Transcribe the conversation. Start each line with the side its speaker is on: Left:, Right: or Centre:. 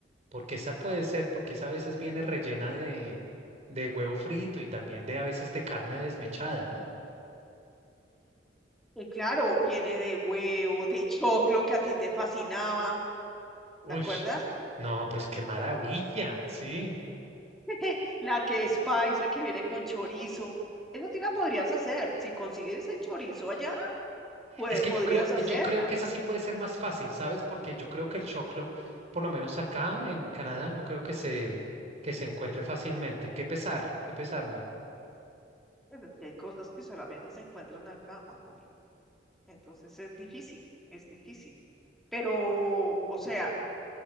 Right: porque esa puede ser, porque esa a veces viene rellena de, de huevo frito y también de a veces de carne desmechada, ¿no?
Centre: Eh, claro, viene de huevo, de choclo que a ti te fascinaba,
Right: Uy,
Centre: ¿te acuerdas?
Right: no, pues qué maravilla, sí.
Centre: <laughs> La que es paisa, que viene con chorizo. esa sí la podrías hacer. Si consigues el chorizo allá, pues
Right: Es que
Centre: podrías
Right: yo creo,
Centre: hacerla.
Right: yo creo que esa sí puede ser más fácil, ¿sabes? Porque yo creo que el choclo, por lo menos acá en Canadá, no creo que se, que se encuentre fácilmente. Qué pesar, qué pesar, Moni.
Centre: Pues es que hay cosas que solamente se encuentran acá, Juan Camilo. Entonces es difícil, es difícil. Pero, o sea,